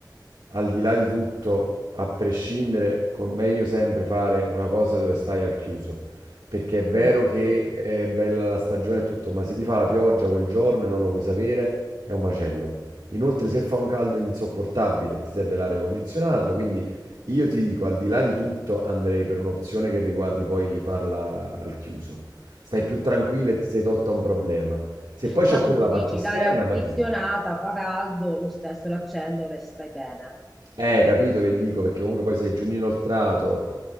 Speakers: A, on the right; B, in the centre.
A: al di là di tutto, a prescindere, con- meglio sempre fare una cosa dove stai al chiuso. Perché è vero
B: Mm,
A: che è bella la stagione e tutto, ma se ti fa la pioggia quel giorno e non lo puoi sapere, è un macello. Inoltre, se fa un caldo insopportabile, ti serve l'aria condizionata. Quindi io ti dico, al di là di tutto, andrei per un'opzione che riguardi poi farla al chiuso. Stai più
B: al
A: tranquilla
B: chiuso.
A: e ti sei tolta un problema. Se poi
B: Tanto
A: c'ha pure
B: tu
A: la
B: dici
A: parte esterna,
B: l'aria condizionata
A: meglio.
B: fa caldo, lo stesso l'accendono e stai bene.
A: Eh, capito che dico, perché comunque poi sei giugno inoltrato.